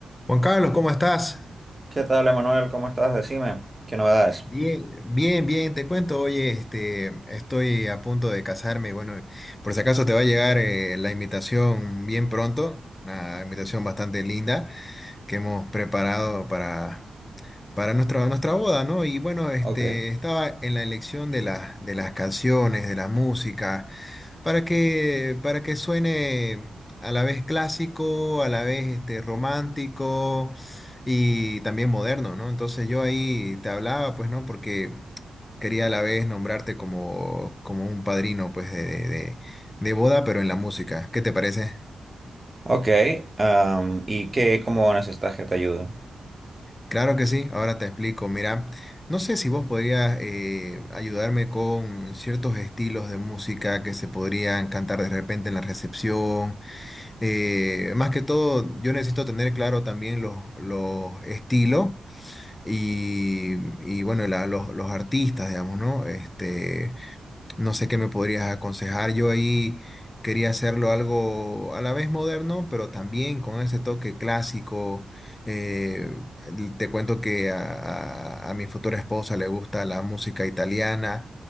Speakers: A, on the left; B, on the right.
A: Juan Carlos, ¿cómo estás?
B: ¿Qué tal, Emanuel? ¿Cómo estás? Decime, ¿qué novedades?
A: Bien, bien, bien, te cuento, oye, este, estoy a punto de casarme, bueno, por si acaso te va a llegar eh, la invitación bien pronto, una invitación bastante linda que hemos preparado para, para nuestra, nuestra boda, ¿no? Y bueno, este,
B: Ok.
A: estaba en la elección de las, de las canciones, de la música. Para que, para que suene a la vez clásico, a la vez este, romántico y también moderno, ¿no? Entonces yo ahí te hablaba, pues, ¿no? Porque quería a la vez nombrarte como, como un padrino, pues, de, de, de- de boda, pero en la música. ¿Qué te parece?
B: Ok, am, ¿y qué, cómo necesitas que te ayude?
A: Claro que sí, ahora te explico. Mira, no sé si vos podrías eh, ayudarme con ciertos estilos de música que se podrían cantar de repente en la recepción Eh, más que todo, yo necesito tener claro también los, los estilos y, y, bueno, la- los, los artistas, digamos, ¿no? Este, no sé qué me podrías aconsejar. Yo ahí quería hacerlo algo a la vez moderno, pero también con ese toque clásico. Eh, l- te cuento que a, a- a mi futura esposa le gusta la música italiana